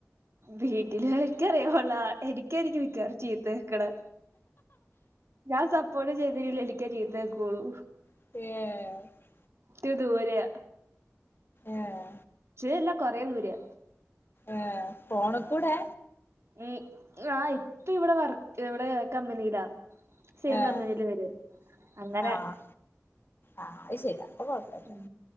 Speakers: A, on the right; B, on the left.
A: വീട്ടില് <unintelligible> റിയുള്ള എനിക്കായിരിക്കും മിക്കവാറും ചീത്ത കേക്ക്ണേ ഞാൻ സപ്പോർട്ട് ചെയ്തില്ലെങ്കി എനിക്കേ ചീത്ത കേക്കൂള്ളൂ
B: ഏഹ് ഏഹ്
A: റ്റ് ദൂരാ
B: ഏഹ്
A: ഇചിരി അല്ല കൊറേ ദൂരെ
B: ഏഹ് ഫോണ് കൂടെ
A: ഉം ആഹ് ഇപ്പ ഇവിടെ വർക്ക് ഇവിടെ കമ്പനിയിലാ സെയിം
B: ഏഹ്
A: കമ്പനിയില് വര് അങ്ങനെ
B: ആഹ് ആഹ് അത് ശരിയ അപ്പൊ കൊഴ്പ്പല്ല
A: ഉം